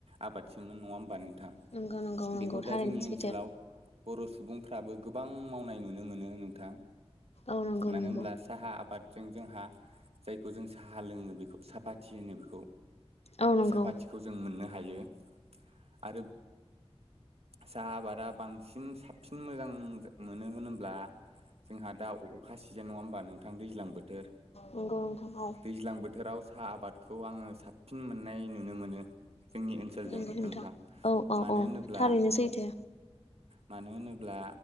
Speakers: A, on the right; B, on the left.
A: आबादसोमोन नङा होमबा नों थां
B: नंगौ नंगौ नंगौ
A: बेखौ दा
B: थारैनो
A: जोंनि ओनसोलाव।
B: सैथो
A: बर' सुबुंफ्राबो गोबां मावनाय नुनो मोनो नोंथां।
B: औ नंगौ
A: मानो
B: नंगौ।
A: होनब्ला साहा आबादजों जोंहा जायखौ जों साहा लोङो बेखौ साफाथि होनो बेखौ।
B: औ नंगौ
A: साफाथिखौ जों मोननो हायो आरो। साहा आबादा बांसिन साबसिन मोजां मोनो होनोब्ला। जोंहा दा अखा सिजेन नङा होमबा नोंथां दैज्लां बोथोर
B: नंगौ नोंथां औ
A: दैज्लां बोथोर बोथोराव साहा आबादखौ आङो साबसिन मोननाय नुनो मोनो। जोंनि ओनसोलजों
B: नंगौ
A: नोंथां
B: औ औ
A: मानो
B: औ
A: होनोब्ला।
B: थारैनो सैथो
A: मानो होनोब्ला